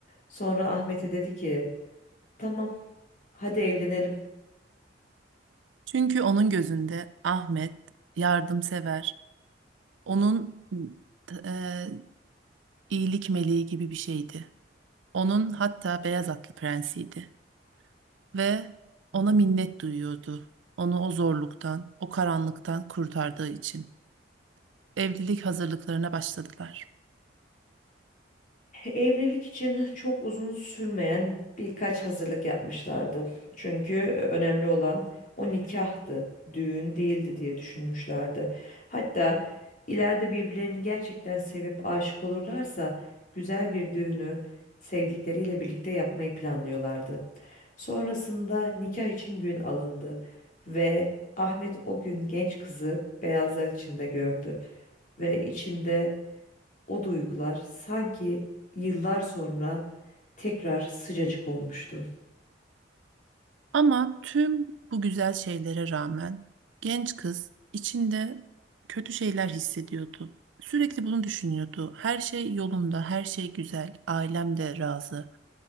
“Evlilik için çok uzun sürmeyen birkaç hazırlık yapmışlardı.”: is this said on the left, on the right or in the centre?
Left